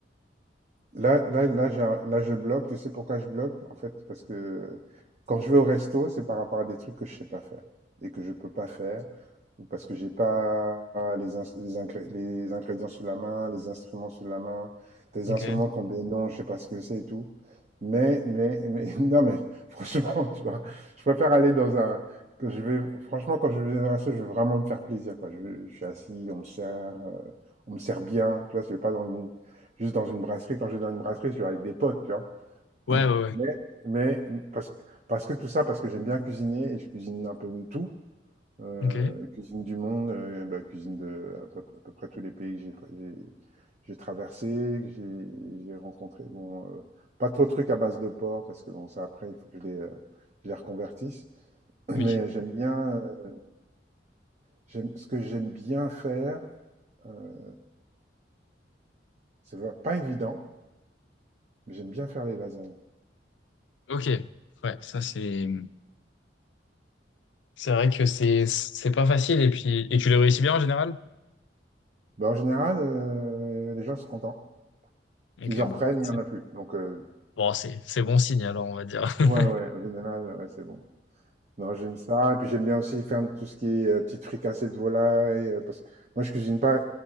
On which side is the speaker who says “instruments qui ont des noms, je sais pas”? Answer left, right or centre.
Right